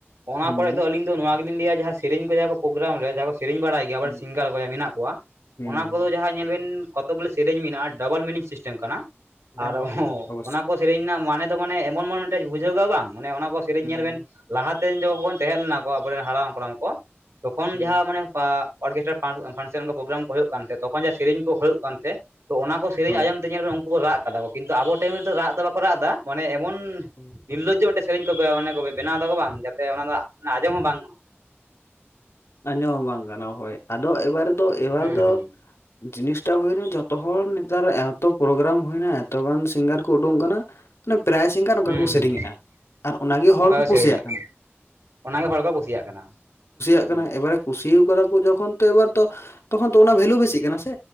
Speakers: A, on the right; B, on the left.
A: ᱚᱱᱟ
B: ᱦᱩᱸ
A: ᱠᱚᱨᱮ ᱫᱚ ᱟᱹᱞᱤᱧᱼᱼ ᱫᱚ ᱱᱚᱣᱟ ᱜᱤᱞᱤᱧ ᱞᱟᱹᱭᱟ ᱡᱟᱦᱟᱸ ᱥᱮᱨᱮᱧ ᱠᱚ ᱡᱟᱦᱟᱸ ᱠᱚ ᱯᱨᱳᱜᱨᱟᱢ ᱨᱮ ᱡᱟᱦᱟᱸ ᱠᱚ ᱥᱮᱨᱮᱧ ᱵᱟᱲᱟᱭᱼᱼ ᱜᱤᱭᱟ ᱟᱵᱟᱨ
B: ᱦᱩᱸ
A: ᱥᱤᱝᱜᱟᱨ ᱠᱚ ᱡᱟᱦᱟᱸᱭ ᱢᱤᱱᱟᱜ ᱠᱚᱣᱟ
B: ᱦᱩᱸ
A: ᱚᱱᱟ ᱠᱚᱫᱚ ᱡᱟᱦᱟᱸ ᱧᱮᱞ ᱵᱮᱱᱼᱼ ᱠᱚᱛᱚᱠ ᱜᱩᱞᱟᱹ ᱥᱮᱨᱮᱧ ᱢᱤᱱᱟᱜᱼᱟ ᱰᱟᱵᱚᱞ ᱢᱤᱱᱤᱝ ᱥᱤᱥᱴᱮᱢ ᱠᱟᱱᱟ
B: ᱦᱮᱸ
A: ᱟᱨ ᱦᱚᱸ
B: ᱦᱮᱸ ᱚᱵᱚᱥᱥᱳᱭ
A: ᱚᱱᱟᱼᱼ ᱥᱮᱨᱮᱧ ᱨᱮᱱᱟᱜ ᱢᱟᱱᱮ ᱫᱚ ᱢᱟᱱᱮ ᱮᱢᱚᱱ ᱢᱚᱱ ᱢᱤᱫᱴᱮᱡ ᱵᱩᱡᱷᱟᱹᱣ ᱠᱜᱼᱟ ᱵᱟᱝ ᱢᱟᱱᱮ ᱚᱱᱟ ᱠᱚ ᱥᱮᱨᱮᱧ
B: ᱦᱩᱸ
A: ᱧᱮᱞ ᱵᱮᱱ ᱞᱟᱦᱟ ᱼᱼ ᱛᱮᱱ ᱡᱚᱠᱷᱱ ᱛᱮᱦᱮᱸ ᱞᱮᱱᱟ ᱠᱚ ᱟᱵᱚᱨᱮᱱ ᱦᱟᱲᱟᱢ ᱦᱟᱯᱲᱟᱢ ᱠᱚ ᱛᱚᱠᱷᱚᱱ
B: ᱦᱩᱸ
A: ᱡᱟᱦᱟᱸ ᱢᱟᱱᱮᱼᱼ ᱚᱨᱠᱮᱥᱴᱟᱨ ᱯᱷᱟᱱᱥᱮᱱ ᱠᱚ ᱯᱨᱳᱜᱨᱟᱢ ᱠᱚ ᱦᱳᱭᱳᱜ ᱠᱟᱱ ᱛᱮᱦᱮᱸ ᱛᱚᱠᱷᱚᱱ ᱡᱟ ᱥᱮᱨᱮᱧ ᱠᱚ ᱦᱳᱭᱳᱜ ᱠᱟᱱᱛᱮ ᱛᱚ ᱚᱱᱟ ᱠᱚ, ᱥᱮᱨᱮᱧ
B: ᱦᱳᱭ
A: ᱟᱸᱡᱚᱢ ᱛᱮ ᱧᱮᱞᱵᱮᱱ ᱩᱱᱠᱩ ᱠᱚ ᱨᱟᱜ ᱠᱟᱫᱟ ᱠᱚ ᱠᱤᱱᱛᱩ ᱟᱵᱚ ᱴᱟᱹᱭᱤᱢ ᱨᱮᱫᱚ ᱨᱟᱜ ᱫᱚ ᱵᱟᱠᱚ ᱨᱟᱜ ᱫᱟ ᱢᱟᱱᱮ ᱮᱢᱚᱱᱼᱼ
B: ᱦᱩᱸ
A: ᱱᱤᱨᱞᱚᱡᱡᱚ ᱢᱮᱫᱴᱮᱡ ᱥᱮᱨᱮᱧ ᱠᱚ ᱵᱮ ᱚᱱᱮ ᱠᱚ ᱵᱮᱱᱟᱣᱫᱟᱠᱚ ᱵᱟᱝ ᱡᱟᱛᱮ ᱚᱱᱟ ᱫᱚ ᱟᱸᱡᱚᱢ ᱦᱚᱸ ᱵᱟᱝ ᱜᱟᱼᱼ
B: ᱟᱸᱡᱚᱢ ᱦᱚᱸ ᱵᱟᱝ ᱠᱟᱱᱟ ᱦᱳᱭ ᱟᱫᱚ ᱮᱵᱟᱨ ᱫᱚ ᱮᱵᱟᱨ
A: ᱦᱩᱸ
B: ᱫᱚ᱾
A: ᱦᱩᱸ
B: ᱡᱤᱱᱤᱥᱴᱟ ᱦᱳᱭᱱᱟ ᱡᱚᱛᱚ ᱦᱚᱲ ᱱᱮᱛᱟᱨ ᱮᱛᱚ ᱯᱨᱳᱜᱨᱟᱢ ᱦᱳᱭᱱᱟ ᱮᱛᱚ ᱜᱟᱱ ᱥᱤᱝᱜᱟᱨ ᱠᱚ ᱩᱰᱩᱝ ᱠᱟᱱᱟ, ᱢᱟᱱᱮ ᱯᱨᱟᱭ ᱥᱤᱝᱜᱟᱨ ᱚᱱᱠᱟ
A: ᱦᱩᱸ
B: ᱠᱩ
A: ᱦᱩᱸ
B: ᱥᱮᱨᱮᱧᱮᱜᱼᱟ ᱟᱨ ᱚᱱᱟᱜᱮ ᱦᱚᱲ
A: ᱚᱱᱠᱟ
B: ᱠᱚ
A: ᱥᱮᱨᱮᱧᱟ
B: ᱠᱩᱥᱤᱭᱟᱜ
A: ᱟᱨᱠᱤ,
B: ᱠᱟ
A: ᱚᱱᱟᱜᱮ ᱦᱚᱲ ᱠᱚ ᱠᱩᱥᱤᱭᱟᱜ ᱠᱟᱱᱟ᱾
B: <inaudible> ᱮᱵᱟᱨᱮ
A: ᱦᱩᱸ
B: ᱠᱩᱥᱤᱩ ᱠᱟᱫᱟ ᱠᱚ ᱡᱚᱠᱷᱚᱱ ᱛᱚ ᱮᱵᱟᱨ ᱛᱚ ᱛᱠᱷᱚᱱ ᱛᱟ ᱚᱱᱟ ᱵᱷᱮᱞᱩ ᱵᱤᱥᱤᱜ ᱠᱟᱱᱟ ᱥᱮ᱾